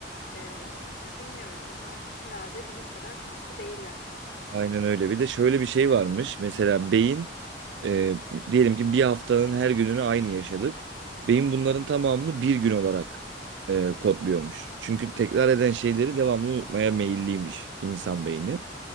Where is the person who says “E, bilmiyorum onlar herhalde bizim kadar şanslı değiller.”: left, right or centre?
Left